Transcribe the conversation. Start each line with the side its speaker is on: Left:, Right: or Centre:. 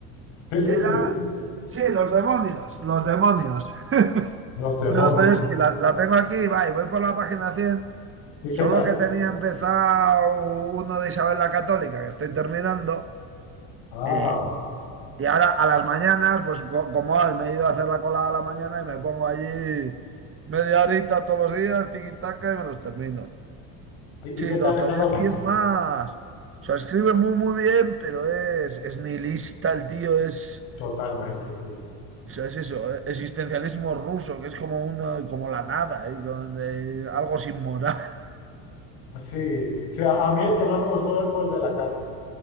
Left: Sí, sí,
Right: Era.
Left: sí.
Right: Sí, los demonios, los demonios. <laughs>
Left: Los demonios.
Right: Dostoyevsky, la, la tengo aquí, va, y voy por la página cien
Left: ¿Y,
Right: Solo
Left: y qué tal?
Right: que tenía empezado uno de Isabel la Católica, que estoy terminando.
Left: Ah,
Right: Y, y ahora a las mañanas, pues co- como hoy me he ido a hacer la colada a la mañana y me pongo allí media horita todos los días, tiquitaca, y me los termino.
Left: ¿y,
Right: Sí,
Left: y qué tal
Right: Dostoyevsky
Left: están los...?
Right: es más. O sea, escribe muy, muy bien, pero es, es nihilista el tío, es.
Left: Totalmente, sí.
Right: O sea, es eso, eh, existencialismo ruso, que es como una, como la nada, y con, eh, algo sin moral. <laughs>
Left: Sí, sí, a, a mí el que más me gustó de él fue el de la cárcel,